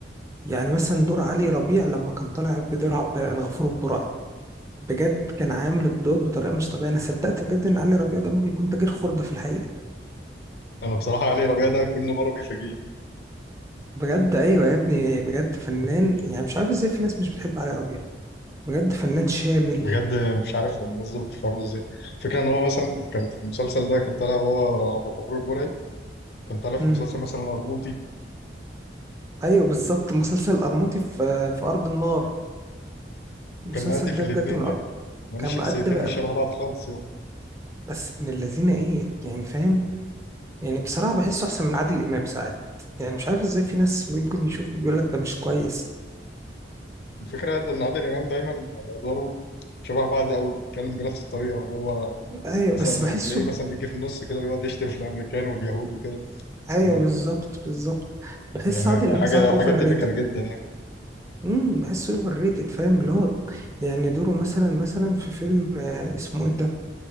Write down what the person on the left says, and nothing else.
انا بصراحه علي ربيع ده كل مره بيفاجئني
بجد مش عارف الناس دول بيفهموا ازاي فكرة ان هو مثلا كان في المسلسل ده كان طالع هو عبد الغفور البرعي كان طالع في
مسلسل مثلا الارموطي
كان مأدي في
الاتنين
يا لأن
الشخصيتين
مش شبه بعض خالص يا
الفكرة إن عادل إمام دايما يعني أدواره شبه بعض أوي بيتكلم بنفس الطريقة وهو هو
مثلا
تلاقيه مثلا بيجي في النص كده ويقعد يشتم في الأمريكان واليهود وكده
ف-
يعني
حاجة
حاجة تيبيكال
جدا يعني